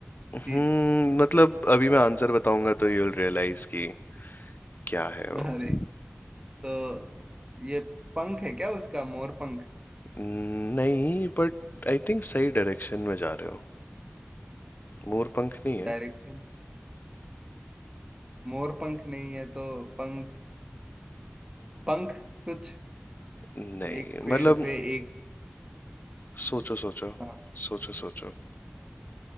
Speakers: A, on the right (about 25°); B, on the left (about 50°).
A: चीज
B: हम्म मतलब अभी मैं आंसर बताऊंगा तो यू विल रियलाइज कि क्या है वो
A: अरे तो ये पंख है क्या उसका मोर पंख
B: हम्म, नहीं बट आई थिंक सही डायरेक्शन में जा रहे हो मोरपंख नहीं है
A: डायरेक्शन मोर पंख नहीं है तो पंख पंख कुछ
B: नहीं
A: एक पेड़
B: मतलब
A: पे एक
B: सोचो सोचो
A: हाँ
B: सोचो सोचो